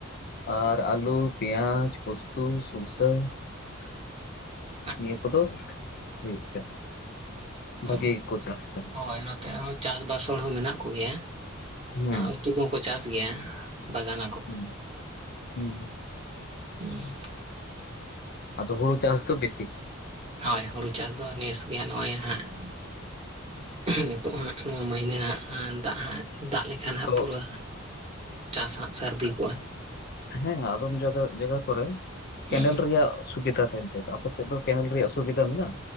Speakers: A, on the left; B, on the right.
A: ᱟᱨ ᱟᱹᱞᱩ, ᱯᱮᱸᱭᱟᱡᱽ, ᱯᱩᱥᱛᱩ, ᱥᱩᱨᱥᱟᱹ,
B: <inaudible>
A: ᱱᱤᱭᱟᱹ ᱠᱚᱫᱚ ᱦᱩᱭᱩᱜ ᱛᱮ
B: ᱦᱩᱸ
A: ᱵᱷᱟᱹᱜᱮ ᱜᱮᱠᱚ ᱪᱟᱥ ᱫᱟ᱾
B: ᱦᱳᱭ ᱱᱚᱛᱮ ᱦᱚᱸ ᱪᱟᱥ ᱵᱟᱥ ᱦᱚᱲ ᱦᱚᱸ ᱢᱮᱱᱟᱜ ᱠᱚᱜᱮᱭᱟ
A: ᱦᱮᱸ
B: ᱩᱛᱩ ᱠᱚ ᱠᱚ ᱪᱟᱥ ᱜᱮᱭᱟ, ᱵᱟᱜᱟᱱ
A: ᱦᱩᱸ ᱦᱩᱸ
B: <inaudible>
A: ᱟᱫᱚ ᱦᱩᱲᱩ ᱪᱟᱥ ᱫᱚ ᱵᱮᱥᱤ
B: ᱦᱳᱭ ᱦᱩᱲᱩ ᱪᱟᱥ ᱫᱚ ᱱᱮᱥ ᱜᱮᱦᱟᱜ ᱱᱚᱜ-ᱚᱭ ᱦᱟᱸᱜ ᱱᱤᱛᱳᱜ ᱦᱟᱸᱜ ᱱᱚᱣᱟ ᱢᱟᱹᱦᱱᱟᱹ ᱦᱟᱸᱜ ᱫᱟᱜ ᱦᱟᱸᱜ ᱫᱟᱜ ᱞᱮᱠᱟ ᱮᱱᱠᱷᱟᱱ ᱦᱟᱸᱜ
A: ᱛᱚ
B: ᱯᱩᱨᱟᱹ ᱪᱟᱥ ᱦᱟᱸᱜ ᱥᱟᱹᱨᱫᱤ ᱠᱚᱜ-ᱟ᱾
A: ᱦᱮᱸ-ᱟ ᱟᱫᱚᱢ ᱡᱟᱭᱜᱟ ᱡᱟᱭᱜᱟ ᱠᱚᱨᱮ
B: ᱦᱩᱸ
A: ᱠᱮᱱᱮᱞ ᱨᱮᱭᱟᱜ ᱥᱩᱵᱤᱫᱷᱟ ᱛᱟᱦᱮᱱ ᱛᱟᱭ ᱟᱯᱮ ᱥᱮᱫ ᱫᱚ ᱠᱮᱱᱮᱞ ᱨᱮᱭᱟᱜ ᱥᱩᱵᱤᱫᱷᱟ ᱢᱮᱱᱟᱜ-ᱟ?